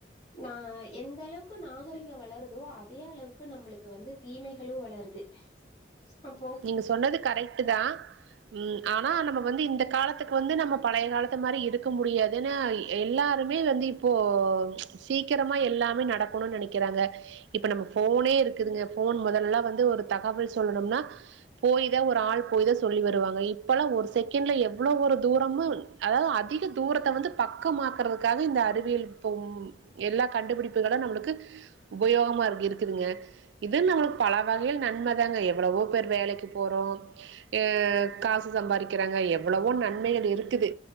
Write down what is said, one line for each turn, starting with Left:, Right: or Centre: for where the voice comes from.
Left: நா எந்தளவுக்கு நாகரிகம் வளருதோ அதே அளவுக்கு நம்மளுக்கு வந்து தீமைகளு வளருது நம் போ
Right: நீங்க சொன்னது கரெக்ட்தா ம் ஆனா நம்ம வந்து இந்த காலத்துக்கு வந்து நம்ம பழைய காலத் த்த மாரி இருக்க முடியாதுன்னா எல்லாருமே வந்து இப்போ சீக்கிரமா எல்லாமே நடக்கணும்னு நெனைக்கிறாங்க இப்ப நம்ம ஃபோன்னே இருக்குதுங்க ஃபோன் முதலெல்லா வந்து ஒரு தகவல் சொல்லணும்னா போய்தா ஒரு ஆள் போய்தா சொல்லி வருவாங்க இப்பெல்லா ஒரு செகண்ட்ல எவ்ளோ ஒரு தூரமு அதாது அதிக தூரத்த வந்து பக்கமாக்குறதுக்காக இந்த அறிவியல் போம் எல்லா கண்டுபிடிப்புகளு நம்மளுக்கு உபயோகமாஇரு இருக்குதுங்க இது நம்மளுக்கு பல வகையில் நன்மதாங்க எவ்வளவோ பேர் வேலைக்கு போறோ ஏ காசு சம்பாதிக்கிறாங்க எவ்வளவோ நன்மைகள் இருக்குது